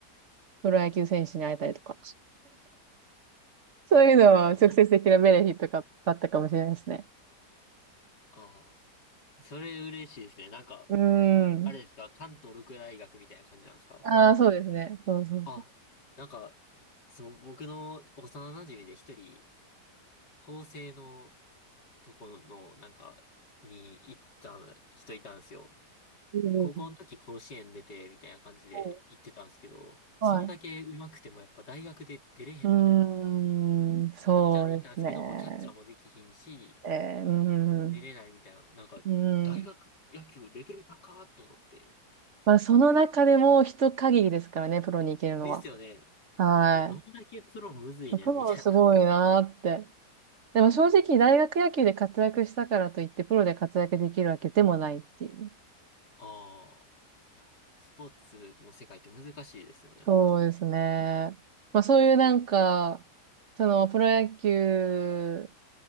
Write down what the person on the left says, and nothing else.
あ、それどあー、それ嬉しいですね。なんか、
あれですか関東六大学みたいな感じなんですか
あ、なんか、その僕の幼馴染で一人、法政のとこの、なんか、に行った人いたんですよ。
高校の時甲子園出て、みたいな感じで行ってたんですけど、
そんだけ上手くてもやっぱ大学で出れへんみたいな。
キャッチャーで行ったんですけど、もうキャッチャーもできひんし、
出れないみたいな。なんか、
大学野球レベル高ーと思って。
ですよね。
いや、どんだけプロむずいねん、
みたいな。<laughs>
ああ、いや、スポーツの世界って難しいですよね、本当に。